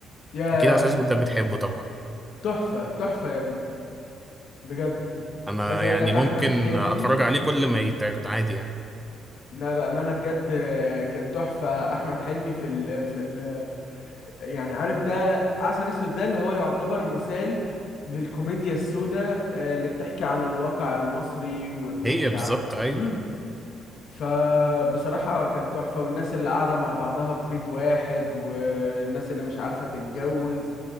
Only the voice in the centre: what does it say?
اكيد عسل اسود ده بتحبه طبعا
انا
يعني
ممكن
اتفرج عليه كل ما يتعرض عادي يعني
هي بالظبط
ايوه